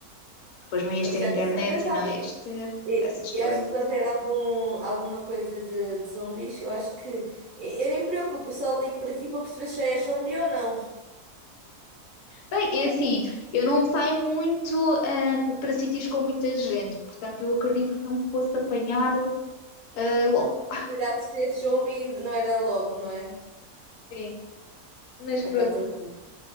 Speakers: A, on the left; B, on the right.
A: depois não ias ter
B: Já
A: internet
B: tens pensado.
A: e não ias ter
B: E-
A: essas coisas.
B: Eu acho que se houver algum, alguma coisa de, de zombies, eu acho que. Eu, eu nem me preocupo, eu só ligo para ti para perceber se já é zombie ou não.
A: Bem, é assim, eu não saio muito hum, para sítios com muita gente, portanto eu acredito que não fosse apanhar eh, logo.
B: <laughs> Cuidado se é zombie ainda não era logo, não é?
A: Sim. Mas pronto,
B: É para todos.